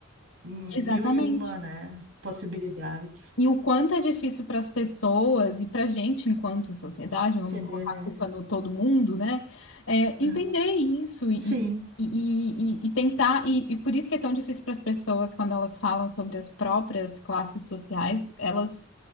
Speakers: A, on the right; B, on the left.
A: mil
B: exatamente.
A: e uma, né, possibilidades.
B: E o quanto é difícil para as pessoas e para a gente, enquanto sociedade, vamos
A: Entender,
B: colocar
A: né?
B: a culpa no todo mundo, né? É,
A: É.
B: entender isso e,
A: Sim.
B: e, e, e- e tentar. E, e por isso que é tão difícil para as pessoas, quando elas falam sobre as próprias classes sociais, elas